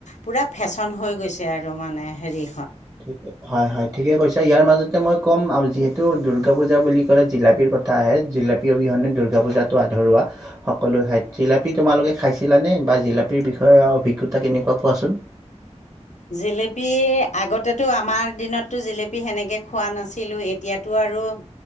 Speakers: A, on the left; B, on the right.
A: পূৰা ফেশ্বন হৈ গৈছে আৰু মানে হেৰি।
B: ঠিকে হয় হয় ঠিকে কৈছা ইয়াৰ মাজতে মই। ক'ম আৰু যিহেতু দুৰ্গা পূজা বুলি ক'লে জিলাপিৰ কথা আহে জিলাপী অবিহনে দুৰ্গা পূজাটো আধৰুৱা সকলোৱ ঠাইত জিলাপী তোমালোকে খাইছিলানে বা জিলাপীৰ বিষয়ে অভিজ্ঞতা কেনেকুৱা কোৱাচোন।
A: জেলেপি আগতেতো আমাৰ দিনততো জেলেপি সেনেকে খোৱা নাছিলোঁ। এতিয়াতো আৰু